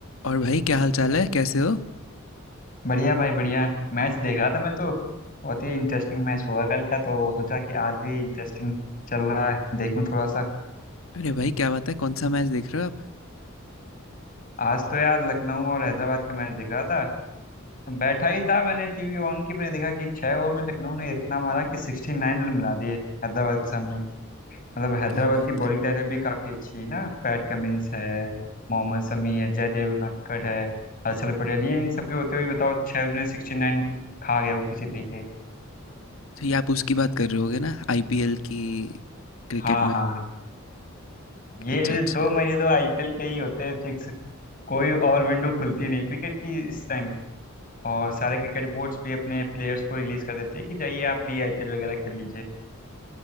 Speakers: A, on the left; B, on the left.
A: और भाई क्या हाल चाल है कैसे हो
B: बढ़िया भाई बढ़िया मैच देख रहा था मैं तो बहुत ही इंटरेस्टिंग मैच हुआ कल का तो सोचा कि आज भी इंटरेस्टिंग चल रहा है देखूं थोड़ा सा
A: अरे भाई क्या बात है कौन सा मैच देख रहे हो आप
B: आज तो यार लखनऊ और हैदराबाद का मैच देख रहा था बैठा ही था मैंने टीवी ऑन की मैंने देखा कि छह ओवर में लखनऊ ने इतना मारा कि सिक्सटी नाइन रन बना दिए हैदराबाद के सामने मतलब हैदराबाद
A: क्या बात
B: की बॉलिंग
A: है
B: लाइनअप भी काफी अच्छी है ना पैट कमिंस है मोहम्मद शमी है जयदेव नटखट है हर्षल पटेल ये इन सबके होते हुए बताओ छह ओवर में सिक्सटी नाइन खा गया वो किसी तरीके
A: अच्छा ये आप उसकी बात कर रहे होगे ना आईपीएल की क्रिकेट
B: हाँ
A: में
B: हाँ हाँ ये
A: अच्छा अच्छा
B: दो महीने तो आईपीएल के ही होते हैं फिक्स कोई और विंडो खुलती नहीं क्रिकेट की इस टाइम और सारे क्रिकेट बोर्ड्स भी अपने प्लेयर्स को रिलीज कर देते हैं कि जाइए आप भी आईपीएल वगैरह खेल लीजिए